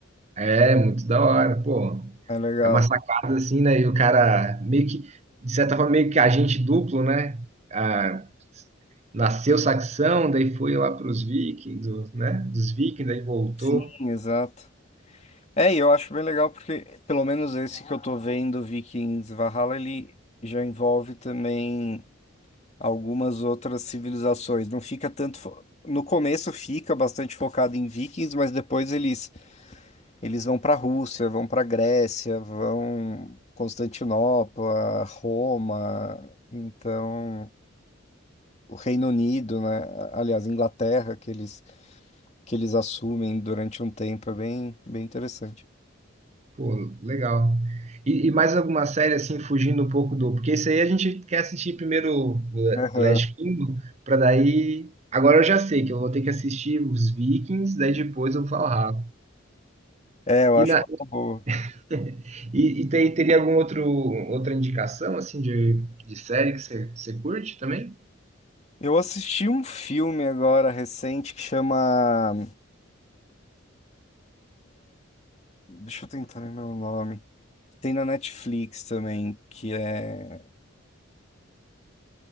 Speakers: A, on the right; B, on the left.
A: É, muito da hora, pô.
B: É legal.
A: É uma sacada assim, né? E o cara meio que, de certa forma, meio que agente duplo, né? Ah, nasceu saxão, daí foi lá para os vikings, né? Dos vikings, daí voltou.
B: Sim, exato. É, e eu acho bem legal porque, pelo menos esse que eu tô vendo, Vikings Valhalla, ele já envolve também. algumas outras civilizações. Não fica tanto. fo- No começo fica bastante focado em vikings, mas depois eles, eles vão para a Rússia, vão para a Grécia, vão Constantinopla, Roma, então o Reino Unido, né? A- Aliás, Inglaterra, que eles, que eles assumem durante um tempo, é bem, bem interessante.
A: Pô, legal. E, e mais alguma série assim, fugindo um pouco do. Porque isso aí a gente quer assistir primeiro o
B: Aham.
A: The Last Kingdom, para daí. Agora eu já sei que eu vou ter que assistir os Vikings, daí depois eu vou falar.
B: É, eu
A: E
B: acho
A: na,
B: que é uma boa.
A: <laughs> E, e tem- teria algum outro outra indicação assim de, de série que você você curte também?
B: Eu assisti um filme agora recente que chama. Deixa eu tentar lembrar o nome. Tem na Netflix também, que é.